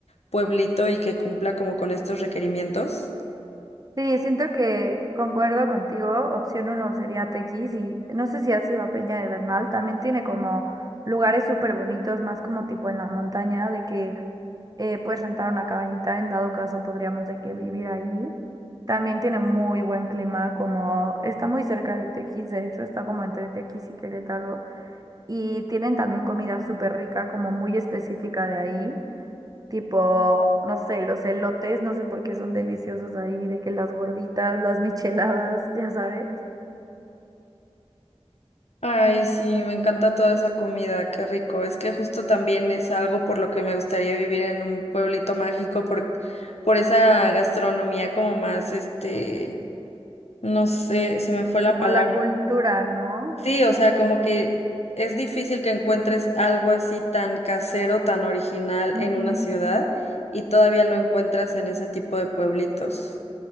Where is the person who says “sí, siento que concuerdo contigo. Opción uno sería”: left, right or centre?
Right